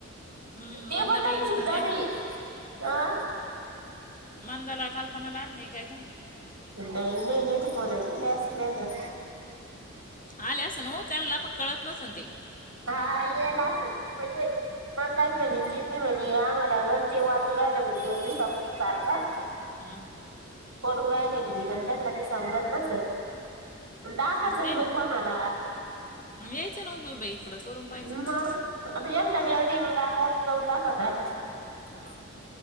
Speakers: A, on the left (about 30°); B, on the right (about 60°).
A: हम्म
B: ते
A: मंदाबाईला
B: बटन सुद्धा
A: त्यांला
B: नाही,
A: हा.
B: अं
A: मंदाला, काल्पना ला आल नाही काय का?
B: इ नाही नाही नाही तर फोनच दिले असते त्याना
A: आल्या आसनव ते पण त्यांला पक्कळत नसन ते.
B: हा येयला असेल ती म्हणजे म्हणता म्हणे
A: हम्म
B: ती म म्हणे आम्हाला गण ते वाजू राहिलं म्हणे दोन दिवस सारखं
A: हम हम
B: पण उ रायले म्हणे पण त्यांना ते समजत नसन पण टाकाचन
A: मग ते
B: बाई
A: मग
B: कोणाला
A: यायचं ना उभी बाई इकडं करून पाहायचं
B: मग
A: कुठं
B: आता मानला वेळ नाही म्हणून आपण जाऊ टा का याचा
A: हा